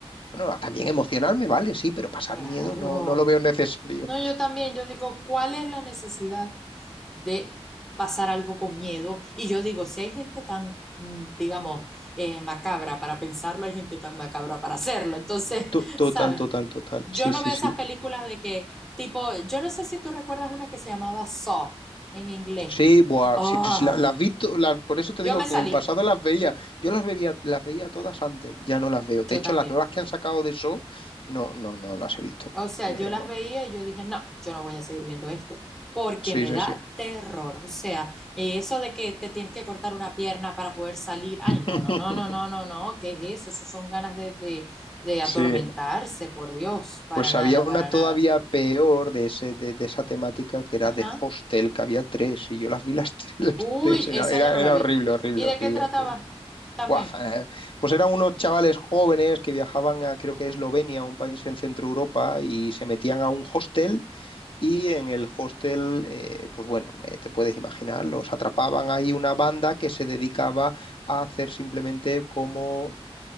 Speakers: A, on the left (about 55°); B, in the centre.
A: bueno, también emocionarme, vale, sí, pero pasar
B: Claro.
A: miedo no, no lo veo necesario.
B: No, yo también, yo digo, ¿cuál es la necesidad de pasar algo con miedo? Y yo digo, si hay gente tan, mm, digamos, eh, macabra para pensarlo, hay gente tan macabra para hacerlo. Entonces,
A: To-
B: <laughs>
A: Total,
B: ¿sabes?
A: total, total.
B: Yo
A: Sí,
B: no
A: sí,
B: veo
A: sí.
B: esas películas de que, tipo, yo no sé si tú recuerdas una que se llamaba Saw en inglés.
A: Sí, buah,
B: Oh,
A: sí, pues la- las vi, to- las- por eso te
B: yo
A: digo
B: me salí,
A: que en el pasado las veía. Yo las veía, las veía todas antes, ya no las veo. De
B: yo
A: hecho,
B: también.
A: las nuevas que han sacado de eso, no, no, no las he visto.
B: O sea,
A: Eh,
B: yo las
A: no.
B: veía y yo dije, no, yo no voy a seguir viendo esto, porque
A: Sí,
B: me
A: sí,
B: da
A: sí.
B: terror. O sea, eh, eso de que te tienes que cortar una pierna para poder salir, ay,
A: <laughs>
B: no, no, no, no, no, no, no, ¿qué es eso? Eso son ganas de, de, de atormentarse,
A: Sí,
B: por Dios, para
A: pues
B: nada,
A: había una
B: para
A: todavía
B: nada.
A: peor de ese, de, de esa temática que era
B: Ajá.
A: de Hostel, que había tres, y yo las vi las, <laughs> las
B: Uy,
A: tres, era,
B: esa
A: era,
B: yo no la
A: era
B: vi.
A: horrible, horrible,
B: ¿Y de
A: horrible,
B: qué trataba?
A: horrible.
B: También.
A: Buah, fa- pues eran unos chavales jóvenes que viajaban a, creo que Eslovenia, un país en Centro Europa, y se metían a un hostel Y en el hostel, eh, pues bueno, eh, te puedes imaginar, los atrapaban ahí una banda que se dedicaba a hacer simplemente como,